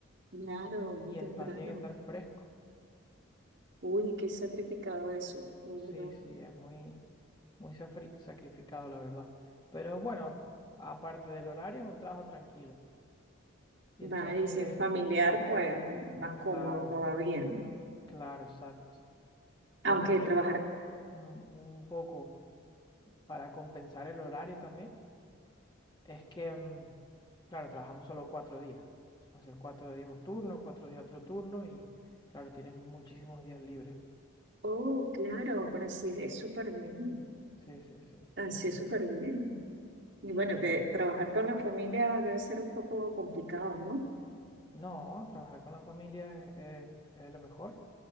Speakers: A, on the right (about 60°); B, on the left (about 20°).
A: claro, muy
B: y
A: temprano.
B: el pan tiene que estar fresco.
A: Uy, qué sacrificado eso, de
B: Sí,
A: verdad.
B: sí, es muy, muy safri- sacrificado, la verdad. Pero bueno, aparte del horario, es un trabajo tranquilo. Y
A: Vale,
B: entonces...
A: y si es familiar, pues más
B: Claro,
A: cómodo todavía, ¿no?
B: claro, exacto.
A: Aunque
B: Lo que hacemos
A: trabajar
B: un, un poco para compensar el horario también es que, mm, claro, trabajamos solo cuatro días. Entonces, cuatro días un turno, cuatro días otro turno y, claro, tienes muchísimos días libres.
A: Oh, claro, pero sí, es súper bien.
B: Sí, sí, sí. sí,
A: Así es súper bien. Y bueno,
B: Por
A: que
B: eso.
A: trabajar con la familia debe ser un poco complicado, ¿no?
B: No, trabajar con la familia es, es lo mejor.